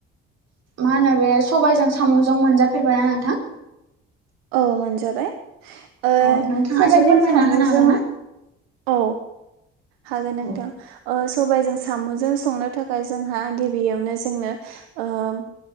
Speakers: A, on the right; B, on the right.
A: मा होनो बे सबायजों साम'जों मोनजा फेरबायना नोंथां?
B: औ मोनजाबाय ओ
A: अ नोंथाङा
B: सबायजों
A: एसे फोरमायना
B: साम'जों
A: होनो हागोन ना
B: औ हागोन नोंथां।
A: औ
B: ओ सबायजों साम'जों संनो थाखाय जोंहा गिबियावनो जोंनो ओम